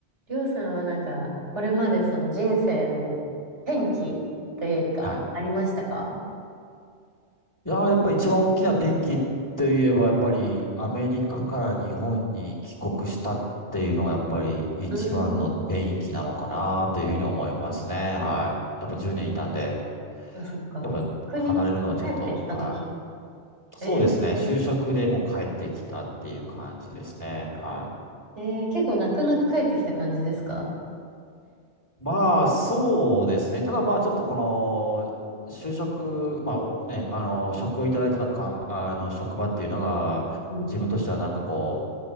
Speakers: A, on the right (about 80°); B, on the left (about 15°).
A: りょうさんはなんか、これまでその人生の転機というか、
B: はい。
A: ありましたか
B: いやー、やっぱり一番大きな転機って言えば、やっぱりアメリカから日本に帰国したっていうのが、やっぱり一番の転機なのかなというふうに思いますね。
A: うーん。
B: はい。やっぱ10年いたんで、
A: あ、そっか。
B: やっぱ離れるのはちょっと、
A: 国に帰ってきた時か。
B: はい。そうですね。
A: えー、
B: 就職でもう帰ってきたっていう感じですね。はい。
A: えー、結構泣く泣く帰ってきた感じですか
B: まあ、そうですね。ただまあ、ちょっとこの、就職、まあ、おね、あの、職をいただいてたか、あの、職場っていうのが、
A: うん。
B: 自分としてはなんかこ